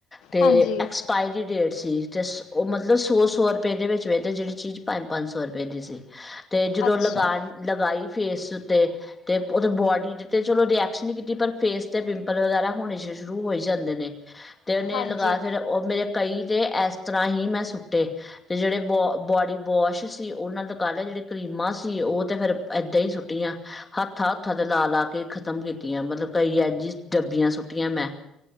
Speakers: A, on the left; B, on the left.
A: ਤੇ
B: ਹਾਂਜੀ
A: ਐਕਸਪਾਇਰੀ ਡੇਟ ਸੀ ਤੇ ਉਹ ਮਤਲਬ ਸੋ-ਸੋ ਰੁਪਏ ਦੇ ਵਿੱਚ ਵੇਚ ਤੇ ਜਿਹੜੇ ਚੀਜ਼ ਪੰਜ-ਪੰਜ ਸੌ ਰੁਪਏ ਦੀ ਸੀ, ਤੇ ਜਦੋਂ
B: ਅੱਛਾ
A: ਲਗਾ ਲਗਾਈ ਫੇਸ ਉੱਤੇ ਤੇ ਉਹਦੇ ਬੋਡੀ ਦੇ ਤੇ ਚਲੋ ਰਿਐਕਸ਼ਨ ਈ ਕੀਤੀ ਪਰ ਫੇਸ ਤੇ ਪਿੰਪਲ ਵਗੈਰਾ ਹੋਣੇ ਸ਼ੁਰੂ ਹੋਈ ਜਾਂਦੇ ਨੇ। ਤੇ ਉਹਨੇ
B: ਹਾਂਜੀ
A: ਲਗਾ ਫਿਰ ਉਹ ਮੇਰੇ ਕਈ ਤੇ ਐਸ ਤਰਾਂ ਹੀ ਮੈਂ ਸੁੱਟੇ। ਤੇ ਜਿਹੜੇ ਬ ਬੋਡੀ ਵੋਸ਼ ਸੀ ਉਹ <unintelligible> ਤੇ ਜਿਹੜੇ ਕਰੀਮਾਂ ਸੀ ਸੀ ਉਂਹ ਤੇ ਫਿਰ ਏਦਾ ਈ ਸੁੱਟੀਆਂ। ਹੱਥਾਂ-ਹੱਥਾਂ ਤੇ ਲਾ-ਲਾ ਕੇ ਖ਼ਤਮ ਕੀਤੀਆਂ ਮਤਲਬ ਕਈ ਇੰਝ ਈ ਡੱਬੀਆਂ ਸੁੱਟੀਆਂ ਮੈਂ।